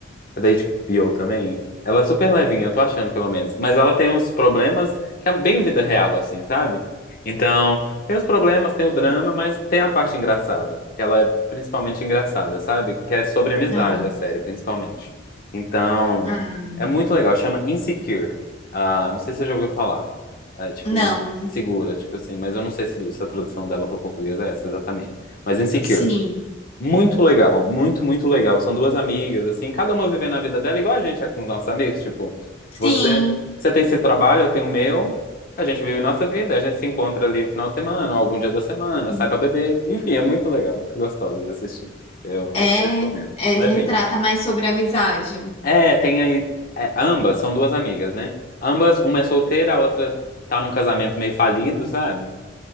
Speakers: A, on the left; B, on the left.
A: é da HBO também. Ela é super levinha, eu tô achando, pelo menos. Mas ela tem os problemas que é bem vida real, assim, sabe? Então, tem os problemas, tem o drama, mas tem a parte engraçada. Que ela é principalmente engraçada, sabe? Que é sobre amizade,
B: Ah,
A: a série, principalmente. Então,
B: ah,
A: é muito legal. Chama Insecure. Ah, não sei se você já ouviu falar. É, tipo,
B: não,
A: insegura, tipo assim. Mas eu não sei se, se a tradução dela para o português é essa exatamente. Mas Insecure.
B: sim,
A: Muito legal, muito, muito legal. São duas amigas, assim, cada uma vivendo a vida dela, igual a gente é com os nossos amigos. Tipo, você,
B: sim.
A: você tem seu trabalho, eu tenho o meu, a gente vive nossa vida, a gente se encontra ali no final de semana, ou algum dia da semana,
B: sim.
A: sai pra beber. Enfim, é muito legal, muito gostoso de assistir. Eu
B: É,
A: super recomendo.
B: é,
A: Levinho.
B: retrata mais sobre a amizade.
A: É, tem aí. é, ambas são duas amigas, né? Ambas, uma é solteira, a outra tá num casamento meio falido, sabe?